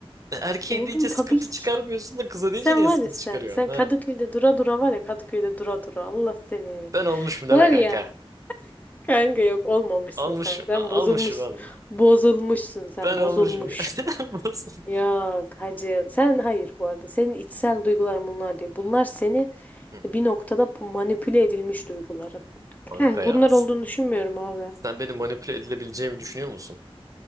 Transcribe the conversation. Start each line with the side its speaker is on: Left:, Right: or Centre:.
Right: E, Erkeğe
Left: Oğlum
Right: deyince sıkıntı
Left: tabii
Right: çıkarmıyorsun
Left: ki.
Right: da kıza
Left: Sen
Right: deyince niye
Left: var
Right: sıkıntı
Left: ya sen.
Right: çıkarıyorsun?
Left: Sen
Right: Ha?
Left: Kadıköy'de dura dura var ya Kadıköy'de dura dura. Allah seni.
Right: Ben olmuşum deme
Left: Var
Right: kanka.
Left: ya. Kanka yok olmamışsın
Right: Almış,
Left: sen. Sen
Right: a- almışım
Left: bozulmuşsun.
Right: abi.
Left: Bozulmuşsun sen.
Right: Ben
Left: Bozulmuş.
Right: olmuşum. <laughs> Nasıl?
Left: Yok hacı. Sen hayır bu arada. Senin içsel duyguların bunlar diyor. Bunlar seni
Right: Hı,
Left: bir noktada p- manipüle edilmiş duyguların. <clears throat>
Right: Kanka
Left: Bunlar
Right: ya.
Left: olduğunu düşünmüyorum abi.
Right: Sen beni manipüle edilebileceğimi düşünüyor musun?